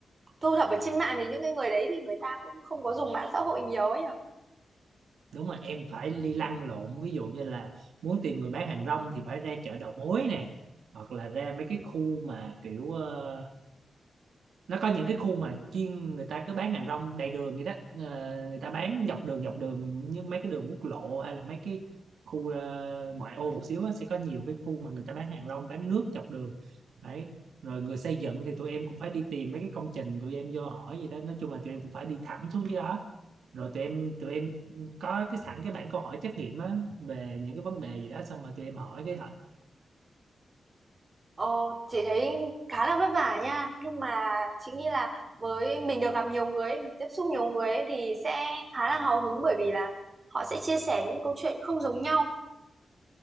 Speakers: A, on the right (about 30°); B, on the right (about 80°).
A: thu thập ở trên mạng thì những cái người đấy thì người ta cũng không có dùng mạng xã hội nhiều ấy nhỉ?
B: đúng mà em phải đi lăn lộn ví dụ như là muốn tìm người bán hàng rong thì phải ra chợ đầu mối nè hoặc là ra mấy cái khu mà kiểu ờ, nó có những cái khu mà chuyên người ta cứ bán hàng rong đầy đường vậy đó Ờ, người ta bán dọc đường dọc đường như mấy cái đường quốc lộ hay là mấy cái khu ờ, ngoại ô một xíu á, sẽ có nhiều cái khu mà người ta bán hàng rong bán nước dọc đường đấy rồi người xây dựng thì tụi em cũng phải đi tìm mấy cái công trình tụi em vô hỏi gì đó nói chung là tụi em cũng phải đi thẳng xuống dưới đó rồi tụi em tụi em có cái sẵn cái bảng câu hỏi trắc nghiệm á về những cái vấn đề gì đó xong rồi tụi em hỏi cái họ trả lời.
A: Ồ, chị thấy khá là vất vả nha nhưng mà chị nghĩ là với mình được gặp nhiều người ấy, mình tiếp xúc nhiều người ấy, thì sẽ khá là hào hứng bởi vì là họ sẽ chia sẻ những câu chuyện không giống nhau